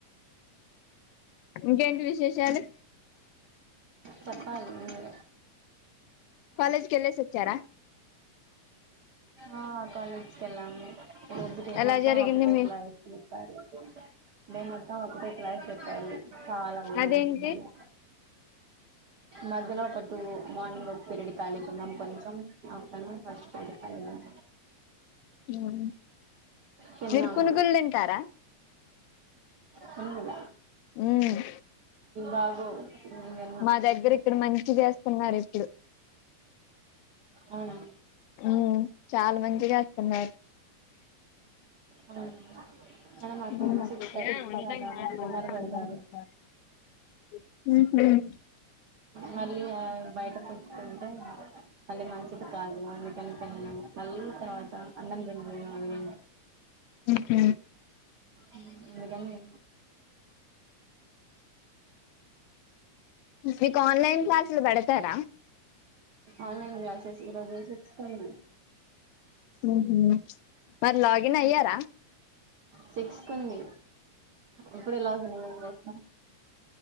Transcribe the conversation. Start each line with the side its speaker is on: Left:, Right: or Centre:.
Left: ఇంకేంటి విశేషాలు
Right: చెప్పాలి మీరే
Left: కాలేజ్ కెళ్ళేసి వచ్చారా
Right: ఆ కాలేజ్కి వెళ్ళాము రోజు డే
Left: ఎలా
Right: మొత్తం
Left: జరిగింది
Right: ఒకటే
Left: మీ
Right: క్లాస్ చెప్పారు డే మొత్తం ఒకటే క్లాస్ చెప్పారు చాలా <unintelligible>
Left: అదేంటి
Right: మధ్యలో ఒక టూ మార్నింగ్ ఒక పిరియడ్ ఖాళీగున్నాం కొంచెం ఆఫ్టర్నూన్ ఫస్ట్ పీరియడ్ ఖాళీగున్నం
Left: ఉమ్
Right: తిన్నాము
Left: మీరు పునుగులు తింటారా
Right: పునుగుల
Left: మ్
Right: బాగోవు నేను తిన్నా
Left: మా దగ్గర ఇక్కడ మంచి చేస్ స్తున్నారు ఇప్పుడు
Right: అవునా
Left: ఉమ్ చాలా మంచిగా చేస్తున్నారు
Right: అవును
Left: ఉంహు
Right: కానీ మాకు సిక్స్ థర్టీకి అలా డిన్నర్ పెడతారు మళ్ళీ ఆ బయట పుచ్చుకుంటే మళ్ళీ మంచిది కాదు అందుకనికని తిన్లేము మళ్ళీ తర్వాత అన్నం తిన్లేను అవితిం
Left: ఉమ్ హు
Right: ఉమ్ అందుకని
Left: మీకు ఆన్లైన్ క్లాసులు పెడతారా
Right: ఆన్లైన్ క్లాసెస్ ఈరోజు సిక్స్ కు ఉంది
Left: ఉంహు మరి లాగిన్ అయ్యారా
Right: సిక్స్కు ఉంది ఇప్పుడే లాగిన్ అయి ఏం చేస్తాం